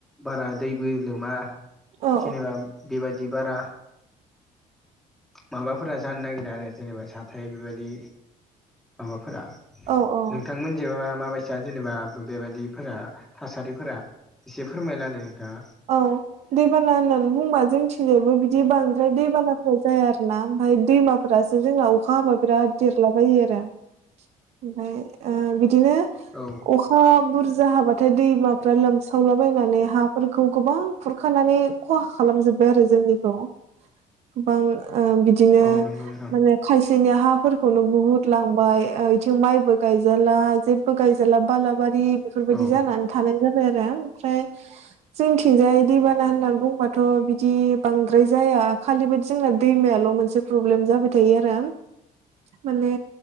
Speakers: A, in the centre; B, on the right.
A: बारा दैबो लोमा।
B: औ
A: जेनेबा बेबायदि बारा माबाफोरा जानो नागिरा आरो जेनेबा जाथथाय बेबायदि माबाफोरा
B: औ औ
A: नोंथांमोनथिंजायबा माबायदिबा जेनेबा दुब्लिफोरा थासारिफोरा एसे फोरमायलानो नोंथांङा
B: औव दैबाना होननानै बुंबा जोंनिथिंजायबो बिदि बांद्राय दैबानाफ्रा जाया। आरो ना ओमफ्राय दैमाखौ फोरासो जोंना अखा हाबा बिराद देरलाबायो आरो ओमफ्राय ओ बिदिनो
A: औव
B: अखा बुरजा हाबाथाय दैमाफ्रा लोमसावलाबायनानै हाफोर खौ गोबां खुरखानानै खहा खालामजोब्बाय आरो जोंनिखौ गोबां बिदिनो
A: औ नंगौ नोंथां
B: माने खायसेनि हाफोरखौनो बुहुत लांबाय बिथिं माइबो गायजाला जे गायजाला बालाबारि बेफोरबायदि
A: औ
B: जानानै थानाय जाबाय आरो ओमफ्राय जोंथिंजाय दैबाना होननानै बुंबाथ' बिदि बांद्राय जाया खालि बाददि जोंना दैमायाल' मोनसे प्रब्लेम जाबाय थायो आरो माने